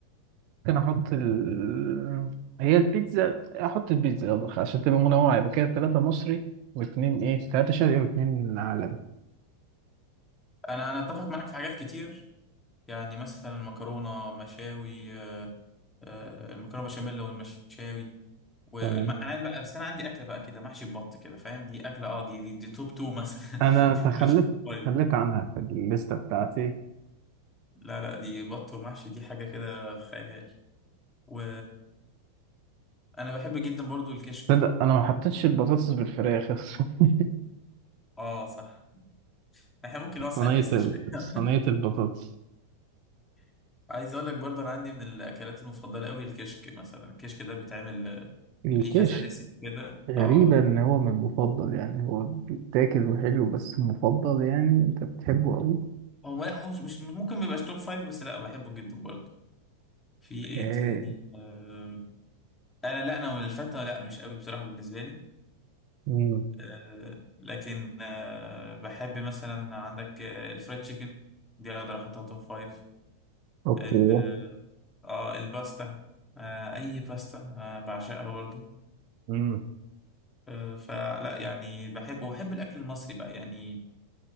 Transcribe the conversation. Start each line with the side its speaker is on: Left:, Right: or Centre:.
Right: ممكن احط ال... هي البيتزا احط البيتزا يلا عشان تبقى منوعة يبقى كده ثلاثة مصري واثنين ايه ثلاثة شرقي واثنين عالمي
Left: انا انا اتفق معاك في حاجات كتير يعني مثلا المكرونه مشاوي آه، آه، المكرونه بشاميل والمشاوي والم...
Right: تمام
Left: انا بقى بس انا عندي اكله بقى كده محشي ببط كده فاهم دي اكله اه دي دي, دي توب تو مثلا
Right: انا
Left: <laughs>
Right: تخلت
Left: مش طيب
Right: تخليت عنها في الليستة بتاعتي
Left: لا لا دي بط ومحشي دي حاجه كده خيال و انا بحب جدا برضو الكشك
Right: تصدق انا ما حطيتش البطاطس بالفراخ <laughs>
Left: اه صح احنا ممكن نوسع
Right: صينية
Left: الليسته
Right: ال-
Left: شويه
Right: صينية البطاطس
Left: <laughs> عايز اقول لك برضو انا عندي من الاكلات المفضله قوي الكشك مثلا الكشك ده بيتعمل آه،
Right: الكشك
Left: ليه كذا ريسيبي كده
Right: غريبة
Left: اه
Right: ان هو من المفضل يعني هو بيتاكل وحلو بس مفضل يعني انت بتحبه قوي
Left: هو لا مش مش ممكن ما يبقاش توب فايف بس لا بحبه جدا برضو في
Right: اوكي
Left: ايه تاني آه، انا لا انا الفتة لا مش قوي بصراحة بالنسبة لي
Right: مم.
Left: آه، لكن آه، بحب مثلا عندك آه، الفرايد تشيكن دي اقدر احطها توب فايف
Right: اوكي
Left: ال- اه الباستا آه، اي باستا آه، بعشقها برضو
Right: مم.
Left: آه، فلا يعني بحب وبحب الاكل المصري بقى يعني